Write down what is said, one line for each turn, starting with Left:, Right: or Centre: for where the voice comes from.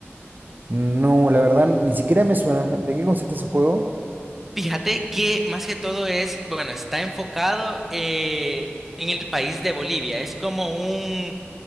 Right: No, la verdad, ni siquiera me suena. ¿De qué consiste ese juego?
Centre: Fíjate que más que todo es, bueno, está enfocado eh, en el país de Bolivia. Es como un,